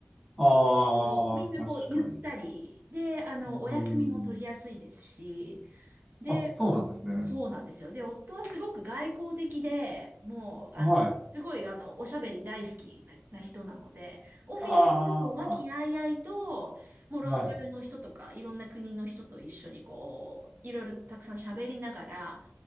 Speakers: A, in the centre; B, on the right.
A: ああ、
B: もうみんなこうゆったりで、
A: 確かに。
B: あの、
A: うーん。
B: お休みも取りやすいですし、で、
A: あ、そうなんですね。
B: お、そうなんですよ。で、夫はすごく外交的で、もう、
A: はい。
B: あの、すごい、あの、おしゃべり大好きな、な人なので、オフィスで、
A: あ
B: こう、和気あいあいと、もう、ローカルの人とか、
A: あ、はい。
B: いろんな国の人と一緒に、こう、いろいろたくさん喋りながら、